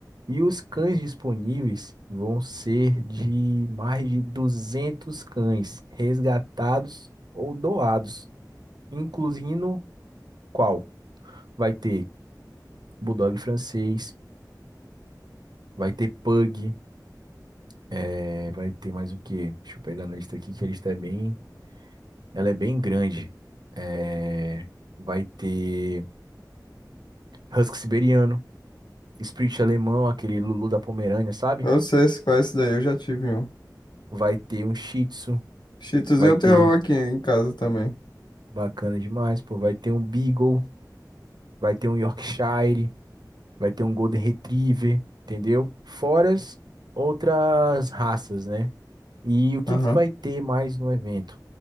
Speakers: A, on the right; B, on the left.
A: E os cães disponíveis vão ser de mais de 200 cães resgatados ou doados, incluindo qual? Vai ter Bulldog francês, vai ter Pug, eh, vai ter mais o quê? Deixa eu pegar na lista aqui que a lista é bem, ela é bem grande. Eh, vai ter Husky siberiano, Spitz alemão, aquele Lulu da Pomerânia, sabe?
B: Eu sei se conhece daí, eu já tive um.
A: vai ter um Shih Tzu,
B: Chitozinho
A: vai ter
B: tem um aqui em casa também.
A: bacana demais, pô, vai ter um Beagle, vai ter um Yorkshire, vai ter um Golden Retriever, entendeu? Fora as outras raças, né? E o que
B: Aham.
A: que vai ter mais no evento?